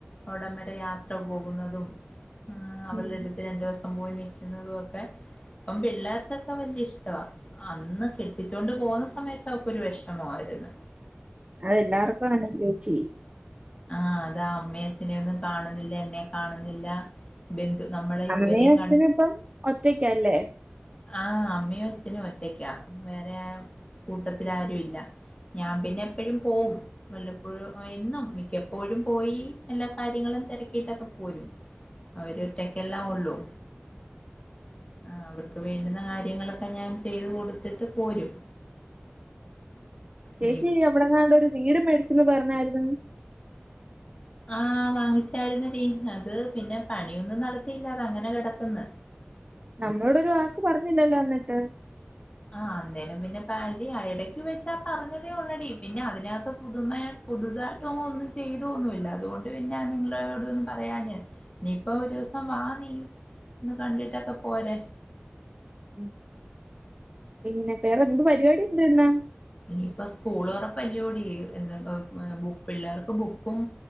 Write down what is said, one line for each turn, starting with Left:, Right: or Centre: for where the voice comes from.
Left: അവിട വരെ യാത്ര പോകുന്നതും ആഹ് അവളുടെ
Right: ഉം.
Left: അടുത്ത് രണ്ടു ദിവസം പോയി നിൽക്കുന്നതും ഒക്കെ അപ്പം പിള്ളേർക്കൊക്കെ വലിയ ഇഷ്ടവാ അന്ന് കെട്ടിച്ചൊണ്ട് പോകുന്ന സമയത്ത് അവക്കൊ ഒരു വിഷമമായിരുന്നു
Right: അയന്നെ അതെല്ലാവർക്കും അകനെന്നെലെചി
Left: ആഹ് അതാ അമ്മ അച്ഛനെന്നും കാണുന്നില്ല എന്നെ കാണുന്നില്ല ബന്ധു നമ്മള് ഇതുവരെയും
Right: അമ്മയും അച്ഛനും
Left: കണ്ട്
Right: ഇപ്പം ഒറ്റയ്ക്കല്ലേ
Left: ആഹ് അമ്മോ അച്ഛനും ഒറ്റക്കാ വേറെ കൂട്ടത്തി ആരും ഇല്ല ഞാൻ പിന്നെ എപ്പോഴും പോവും വല്ലപ്പോഴും എന്നും മിക്കപ്പോഴും പോയി എല്ലാ കാര്യങ്ങളും തിരക്കിയിട്ടൊക്കെ പോരും അവര് ഒറ്റക്കെല്ലാ ഉള്ളൂ ആവാ വീണ്ടുന്ന കാര്യങ്ങളൊക്കെ ഞാൻ ചെയ്ത് കൊടുത്തിട്ട് പോരും
Right: ചേച്ചി
Left: ഇനി
Right: എവിടെന്നാണ്ടൊരു ഒരു വീട് മേടിച്ചന്ന് പറഞ്ഞായിരുന്നു
Left: ആഹ് വാങ്ങിച്ചായിരുന്നെടി അത് പിന്നെ പണിയൊന്നും നടത്തിയില്ല അത അങ്ങനെ കിടക്കന്ന്
Right: നമ്മളോടൊരു വാക്ക് പറഞ്ഞില്ലല്ലോ ന്നിട്ട്
Left: ആഹ് അന്നേരം പിന്നെ <unintelligible> ഇടക്ക് വെച്ചാ പറഞ്ഞതേ ഉള്ളടി പിന്നെ അതിനകത്ത് പുതുമ പുതുതായിട്ടും ഒന്നും ചെയ്തോന്നുമില്ല അതുകൊണ്ട് പിന്നെ നിങ്ങളോട് ഒന്ന് പറയാഞേ ഇനിയിപ്പ ഒരു ദിവസം വാ നീ ഒന്ന് കണ്ടിട്ടൊക്കെ പോരെ
Right: ഉം പിന്നെ വേറെ എന്ത് പരിപാടി എന്തെന്നാ
Left: ഇനിയിപ്പ സ്കൂള് തോറാപ്പല്ലൂടി എന്ത ബു പിള്ളേർക്ക് ബുക്കും